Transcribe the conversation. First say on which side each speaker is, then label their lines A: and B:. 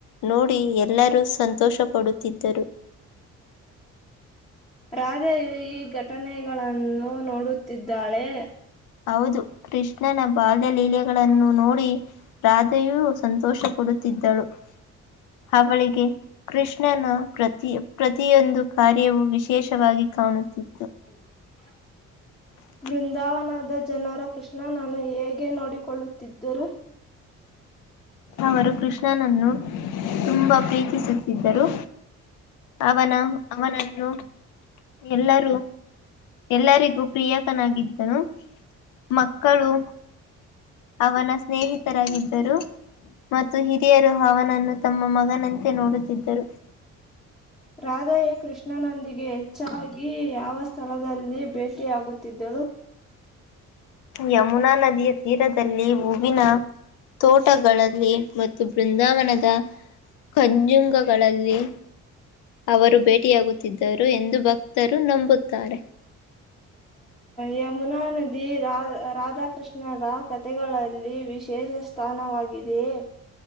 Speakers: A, on the left; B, on the left.
A: ನೋಡಿ ಎಲ್ಲರೂ ಸಂತೋಷ ಪಡುತ್ತಿದ್ದರು <inaudible>
B: ರಾಧೆ ಈ ಘಟನೆಗಳನ್ನು ನೋಡುತ್ತಿದ್ದಾಳೆ
A: ಹೌದು ಕೃಷ್ಣನ ಬಾಲ್ಯಲೀಲೆಗಳನ್ನು ನೋಡಿ ರಾಧೆಯೂ ಸಂತೋಷ ಪಡು ಳು ಹಾವಳಿಗೆ ಕೃಷ್ಣನ ಪ್ರತಿ ಪ್ರತಿಯೊಂದು ಕಾರ್ಯವು ವಿಶೇಷವಾಗಿ ಕಾಣುತ್ತಿತ್ತು
B: <unintelligible> <inaudible>
A: <inaudible>
B: ಬೃಂದಾವನದ ಜನರ ಕೃಷ್ಣ ನಾನ ಹೇಗೆ ನೋಡಿಕೊಳ್ಳುತ್ತಿದ್ದರು
A: ಅವರು ಕೃಷ್ಣನನ್ನು ತುಂಬಾ ಪ್ರೀತಿಸುತ್ತಿದ್ದರು ಅವನ ಅವನನ್ನು ಎಲ್ಲರೂ ಎಲ್ಲರಿಗೂ ಪ್ರಿಯಾಕನಾಗಿದ್ದನು ಮಕ್ಕಳು ಅವನ ಸ್ನೇಹಿತರಾಗಿದ್ದರು ಮತ್ತು ಹಿರಿಯರು ಅವನನ್ನು ತಮ್ಮ ಮಗನಂತೆ ನೋಡುತ್ತಿದ್ದರು
B: ರಾಧಯೇ ಕೃಷ್ಣನೊಂದಿಗೆ ಹೆಚ್ಚಾಗಿ ಯಾವ ಸ್ಥಳದಲ್ಲಿ ಭೇಟಿಯಾಗುತ್ತಿದ್ದಳು
A: <inaudible> ಯಮುನಾ ನದಿಯ ತೀರದಲ್ಲಿ ಹೂವಿನ ತೋಟಗಳಲ್ಲಿ ಮತ್ತು ಬೃಂದಾವನದ ಕಂಜುಂಗಗಳಲ್ಲಿ ಅವರು ಭೇಟಿಯಾಗುತ್ತಿದ್ದರು ಎಂದು ಭಕ್ತರು ನಂಬುತ್ತಾರೆ
B: ಯಮುನಾ ನದಿ ರಾ ರಾಧಾಕೃಷ್ಣರ ಕಥೆಗಳಲ್ಲಿ ವಿಶೇಷ ಸ್ಥಾನವಾಗಿದೆಯೇ